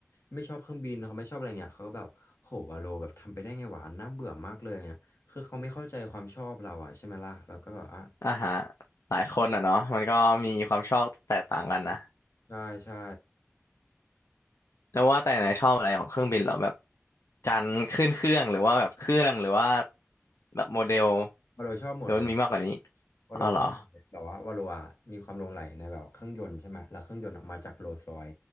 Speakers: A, on the left (about 65°); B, on the left (about 80°).
A: ไม่ชอบเครื่องบินเขาไม่ชอบอะไรเงี้ยเขาก็แบบโหวาโลแบบทำไปได้ไงวะน่าเบื่อมากเลยเนี่ยคือเขาไม่เข้าใจความชอบเราอ่ะใช่ไหมล่ะเราก็แบบอ่ะ
B: อ่าฮะหลายคนอ่ะเนาะมันก็มีความชอบแตกต่างกันนะ
A: ใช่ใช่
B: แล้วว่าแต่นายชอบอะไรของเครื่องบินเหรอแบบการขึ้นเครื่องหรือว่าแบบเครื่องหรือว่าแบบโมเดล
A: วาโลชอบหมดเลย
B: หรือมันมีมากกว่านี้
A: วาโลชอบแบบว่าวาโลอะมีความหลงใหลในแบบเครื่องยนต์ใช่ไหมแล้วเครื่องยนต์อะมาจากโรลส์รอย
B: อ๋อเหรอ